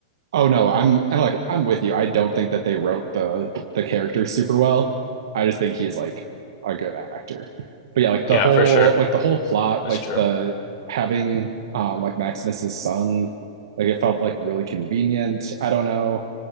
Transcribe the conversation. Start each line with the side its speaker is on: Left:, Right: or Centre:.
Right: Oh no, I'm and like I'm with you. I don't think that they wrote the the character super well. I just think he's like a good actor. But yeah, like
Left: Yeah,
Right: the whole
Left: for sure,
Right: like the whole plot,
Left: that's
Right: like
Left: true.
Right: the having um like Maximus's son, like it felt like really convenient. I don't know.